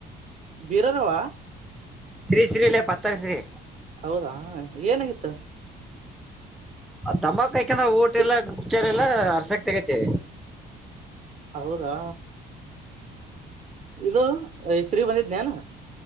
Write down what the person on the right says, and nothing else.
ಬೀರರವ
ಹೌದಾ ಏನಾಗಿತ್ತು
ಸರಿ
ಹೌದಾ ಇದು ಹೆಸ್ರೀ ಬಂದಿದ್ನಾನ